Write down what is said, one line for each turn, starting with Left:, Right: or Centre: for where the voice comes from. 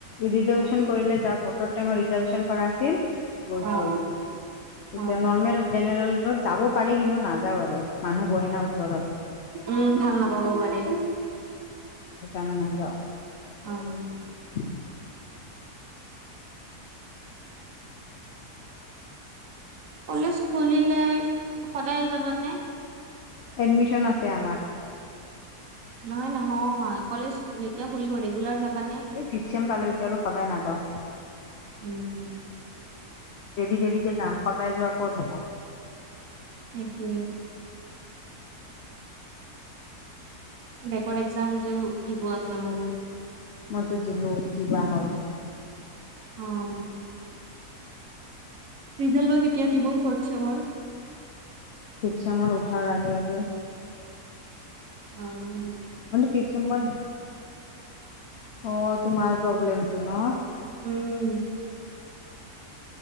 Left: ৰিজাৰ্ভেশ্যন
Right: অ',
Left: কৰিলে যা ভটৰ টাইমত ৰিজাৰ্ভেশ্যন কৰা আছিল গৈছো।
Right: অ',
Left: এতিয়া
Right: অ',
Left: নৰ্মেল জেনেৰেলত যাব পাৰি কিন্তু নাযাও আৰু মানুহ বহেনা ওচৰত।
Right: উম ভাল নাপাব পাৰে।
Left: সেকাৰণে নাযাওঁ।
Right: <unintelligible>
Left: <inaudible>
Right: কলেজ খুলিলে সদায় যাবানে?
Left: এডমিশ্যন আছে আমাৰ।
Right: নহয়, নহয় কলেজ যেতিয়া খুলিব ৰেগুলাৰ যাবানে?
Left: ফিফছেম পালো এতিয়া আৰু সদায় নাযাওঁ।
Right: উম।
Left: দেৰি দেৰিকে যাম সদায় যোৱা ক'ত হ'ব।
Right: সেইটোৱে। বেকৰ একজাম যো দিব আছে মোৰ।
Left: মাজত দিলোঁ কি বা হয়।
Right: অহ। ৰিজাল্ট বা কেতিয়া দিব ফৰ্থ চেমৰ।
Left: ফিফছেমৰ উঠাৰ আগে আগে।
Right: অ নি।
Left: তহঁতি ফিফছেমত অ তোমাৰ প্ৰব্লেমটো নৰ।
Right: উম।